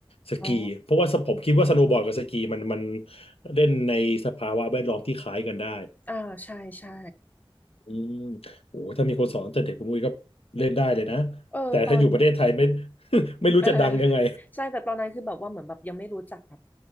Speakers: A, on the left; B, on the left.
A: สกีเพราะว่าสผมคิดว่าสโนว์บอร์ดกับสกีมันมัน
B: อ๋อ
A: เล่นในสภาวะแวดล้อมที่คล้ายกันได้
B: อ่าใช่ใช่
A: อืมโอ้ถ้ามีคนสอนตั้งแต่เด็กคุณอุ้ยก็เล่นได้เลยนะ
B: เออตอน
A: แต่ถ้าอยู่ประเทศไทยไม่ <laughs> ไม่รู้จะดังยังไง
B: เออใช่แต่ตอนนั้นคือแบบว่าเหมือนแบบยังไม่รู้จักแบบ